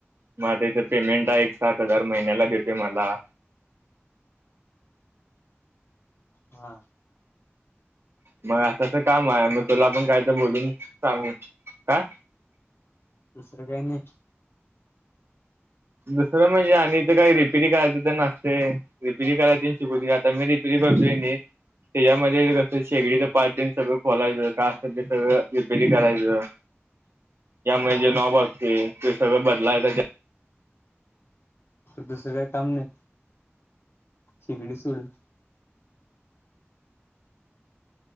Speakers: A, on the right; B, on the left.
A: मग त्याच पेमेंट
B: हा
A: एक सात हजार महिन्याला देते मला.
B: हा.
A: मग असंच काम आहे, मग
B: आणि
A: तुला
B: दुसरं
A: आपण काय तर
B: नाही
A: बोलून सांगू का?
B: दुसरं काही नाही.
A: दुसरं म्हणजे आणि इथ काही रिपेअरी करायच तेन असतय, रिपेअरी करायला तेन शिकवती आता मी रिपेअरी करतय की नाही, तेज्यामध्ये शेगडीच पार्ट तेन सगळं खोलायचं, काय आसल ते सगळं रिपेअरी करायचं यामध्ये जे नॉब असतय, ते सगळं बदलायच.
B: दुसरं काय काम नाही, शेगडी सोडून